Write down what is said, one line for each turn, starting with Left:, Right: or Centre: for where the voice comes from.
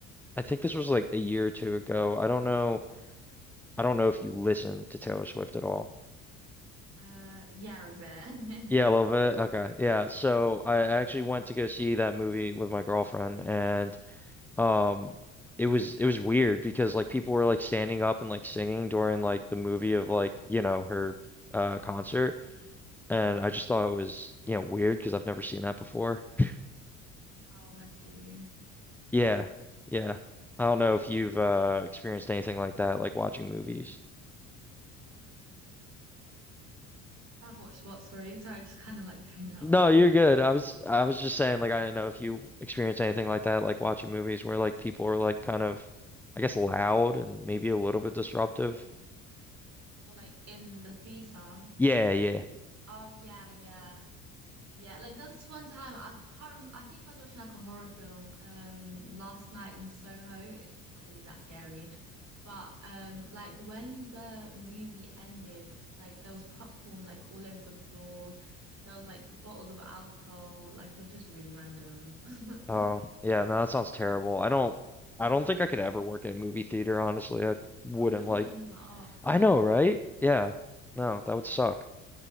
Centre: I think this was like a year or two ago. I don't know. I don't know if you listen to Taylor Swift at all.
Right: Uh, yeah, a bit. <laughs>
Centre: Yeah, a little bit. Okay. Yeah. So I actually went to go see that movie with my girlfriend and um it was it was weird because like people were like standing up and like singing during like the movie of like, you know, her uh concert and I just thought it was, you know, weird because I've never seen that before. <laughs>
Right: Oh, bless you.
Centre: Yeah. Yeah. I don't know if you've uh experienced anything like that like watching movies.
Right: I've watched what? Sorry, sorry. I just kind of like <laughs> zoned out.
Centre: No,
Right: I'm sorry.
Centre: you're good. I was I was just saying like I do not know if you experience anything like that, like watching movies where like people are like kind of I guess loud and maybe a little bit disruptive.
Right: Well, like in the theater.
Centre: Yeah, yeah.
Right: Oh yeah, yeah, yeah. Like there's this one time I can't. Rem I think I was watching like a horror film um last night in Soho. It's not really that scary. But um like when the movie ended, like there was popcorn like all over the floor. There was like bottles of alcohol. Like it was just really random. <laughs>
Centre: Oh, yeah, no, that sounds terrible. I don't I
Right: Mm.
Centre: don't think I could ever work in a movie theater, honestly. I wouldn't
Right: Oh, imagine
Centre: like
Right: cleaning that up.
Centre: I know,
Right: Oh,
Centre: right? Yeah. No, that would suck.